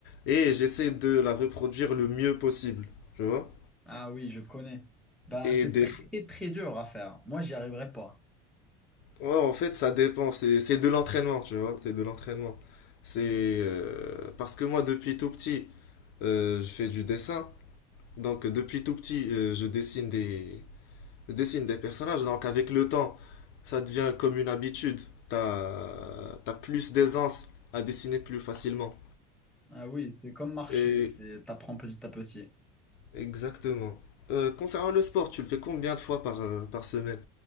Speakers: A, on the left; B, in the centre.
A: et j'essaie de la reproduire le mieux possible. Tu vois?
B: Ah oui, je connais. Bah,
A: Et
B: c'est
A: des,
B: très très dur à faire. Moi, j'y arriverai pas.
A: Ouais, en fait, ça dépend. C'est c'est de l'entraînement, tu vois. C'est de l'entraînement. C'est euh, parce que moi, depuis tout petit, euh, je fais du dessin. Donc, depuis tout petit, euh, je dessine des, je dessine des personnages. Donc, avec le temps, ça devient comme une habitude. T'as, t'as plus d'aisance à dessiner plus facilement.
B: Ah oui, c'est comme marcher,
A: Et
B: c'est t'apprends petit à petit.
A: exactement. Euh, concernant le sport, tu le fais combien de fois par, euh, par semaine?